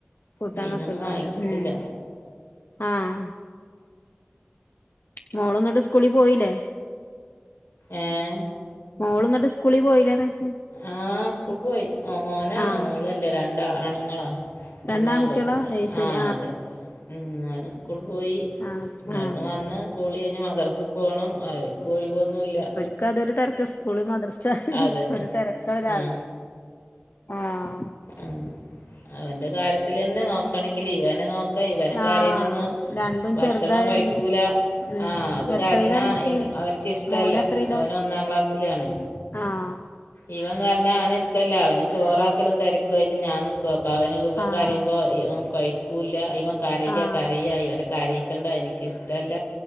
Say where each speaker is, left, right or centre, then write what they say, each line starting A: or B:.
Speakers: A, on the left; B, on the left.
A: കൂട്ടാൻ
B: മീനൊന്നും
A: വെക്ക്ണ്ടാവൂല
B: വാങ്ങിച്ചിട്ടില്ല
A: ഉം ആഹ് മോള്ന്ന്ട്ട് സ്കൂളി പോയിലെ
B: ഏഹ്
A: മോള് ന്ന്ട്ട് സ്കൂളി പോയില്ലേന്നോയ്ക്യ
B: ആഹ് സ്കൂൾ പോയി മോനാണ്
A: ആഹ്
B: മോളല്ല രണ്ട് ആണ്ങ്ങളാ രണ്ടാങൊച്ച്ങ്ങളാ
A: രണ്ടാൺകുട്ടികളാ അയ് ശരി
B: ആഹ് അതെ ഉം അങ്ങനെ സ്കൂൾ പോയി
A: ആഹ്
B: ഞവ്ട്ന്ന്
A: ആഹ്
B: വന്ന് കുളി കഴിഞ്ഞ് മദ്രസ് പോണം അവര്ക്കും ഒഴിവൊന്നുല്ല
A: ക്കതൊരു തെരക്ക് സ്കൂള് മദ്രസ
B: അതുതന്നെ
A: ഒരു തെരക്ക രാവിലെ
B: ആ
A: ആഹ്
B: ഉം അവൻ്റെ കാര്യത്തിലെന്നെ നോക്കണെങ്കില് ഇവനെ നോ ക്ക ഇവന് കരയ്ണന്ന്
A: ആഹ് രണ്ടും
B: ഭക്ഷണം
A: ചെറുതായോണ്ട്
B: കഴിക്കൂല
A: ഉം
B: ആ അത്
A: എത്രയിലാണ്
B: കരഞ്ഞാ
A: കുട്ടി
B: അയ് അവന് ക്കിഷ്ടല്ല
A: മോന് എത്രയിലാ
B: അവന് ഒന്നാം ക്ലാസ്സിലാണ്
A: ആഹ്
B: ഇവൻ കരഞ്ഞാ അവന് ഇഷ്ടല്ല അവന് ചോറാക്കലും തെരക്വായിട്ട് ഞാൻ നി ക്കും അപ്പവന് ഇവൻ
A: ആഹ്
B: കരയുമ്പോ ഒന്നും കഴിക്കൂല്ല ഇവൻ കരയ
A: ആഹ്
B: കരയ ഇവന് കരീക്കണ്ട ഇൻക്കിഷ്ടല്ല